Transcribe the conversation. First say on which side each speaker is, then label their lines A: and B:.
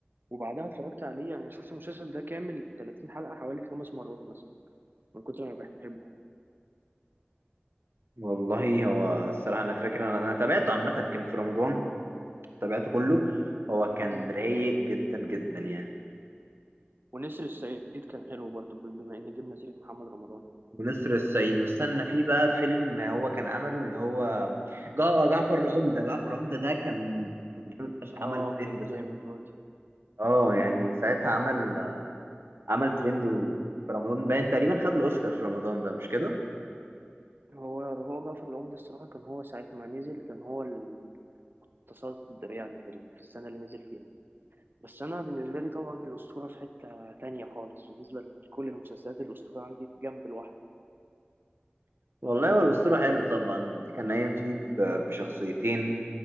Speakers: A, on the right (about 60°); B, on the right (about 75°).
A: وبعدها اتفرجت عليه يعني شفت المسلسل ده كامل 30 حلقة حوالي خمس مرات مثلا من كتر ما بحبه
B: والله هو الصراحه انا فاكر انا أنا تابعته عامه كان في رمضان تابعته كله هو كان
A: امم
B: رايق جدا جدا يعني
A: ونسر الصعيد كان حلو برضو ب- بما ان جبنا سيرة محمد رمضان يعني.
B: ونسر الصعيد واستنى فيه بقى فيلم هو كان عمله اللي هو جع- آه، جعفر العمدة جعفر العمدة ده كان كان جامد فشخ
A: اه
B: عمل ترند
A: كان
B: ساعتها
A: جامد برضو
B: اه يعني ساعتها عمل عمل ترند و- في رمضان باين تقريبا خد الأوسكار في رمضان ده مش كده؟
A: هو هو جعفر العمدة الصراحة كان هو ساعة ما نزل كان هو التصدر يعني في ال- في السنة اللي نزل فيها بس أنا بالنسبة لي طبعا الأسطورة في حتة تانية خالص بالنسبة لكل المسلسلات الأسطورة عندي في جنب لوحده
B: والله هو الأسطورة حلو طبعا كان قايم فيه ب- بشخصيتين